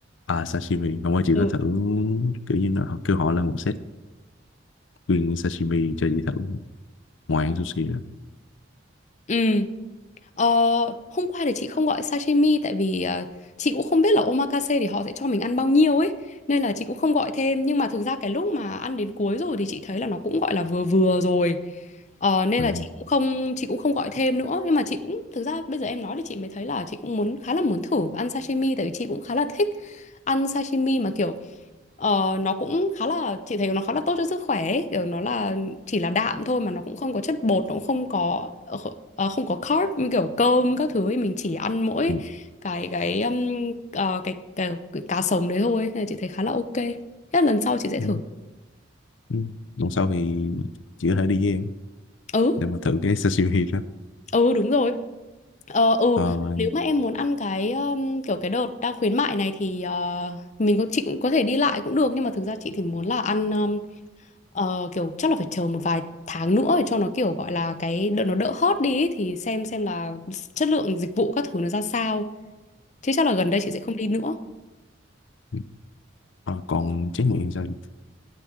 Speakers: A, on the left; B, on the left.
A: à sashimi không qua chị
B: ừ
A: có thử kiểu như nó họ kêu họ lên một set nguyên sashimi cho chị thử ngoài ăn sushi
B: ừ Ờ, hôm qua thì chị không gọi sashimi tại vì ờ, chị cũng không biết là omakase thì họ sẽ cho mình ăn bao nhiêu ấy nên là chị cũng không gọi thêm nhưng mà thực ra cái lúc mà ăn đến cuối rồi thì chị thấy là nó cũng gọi là vừa vừa rồi Ờ, nên
A: ừ,
B: là chị cũng không chị cũng không gọi thêm nữa nhưng mà chị cũng thực ra bây giờ em nói thì chị mới thấy là chị cũng muốn khá là muốn thử ăn sashimi tại vì chị cũng khá là thích ăn sashimi mà kiểu Ờ, nó cũng khá là chị thấy nó khá là tốt cho sức khỏe ấy. Kiểu nó là chỉ là đạm thôi mà nó cũng không có chất bột nó cũng không có ờ, kh- ờ, không có carb như kiểu cơm các thứ ấy. Mình chỉ ăn mỗi
A: ừ,
B: cái cái um, ờ, cái, cái, cái cá sống đấy thôi nên là chị thấy khá là ok thế là lần sau chị sẽ
A: ừ,
B: thử
A: ừ. Lần sau thì chị có thể đi với em
B: ừ
A: để mà thử cái sashimi đó
B: ừ đúng rồi ờ ừ
A: Ờ,
B: nếu mà em muốn ăn cái um, kiểu cái đợt đang khuyến mại này thì ờ, mình có chị cũng có thể đi lại cũng được nhưng mà thực ra chị thì muốn là ăn Ờ, kiểu chắc là phải chờ một vài tháng nữa để cho nó kiểu gọi là cái đợt nó đỡ hot đi ấy, thì xem xem là chất lượng dịch vụ các thứ nó ra sao chứ chắc là gần đây chị sẽ không đi nữa
A: ừ. ờ, còn tráng miệng thì sao chị?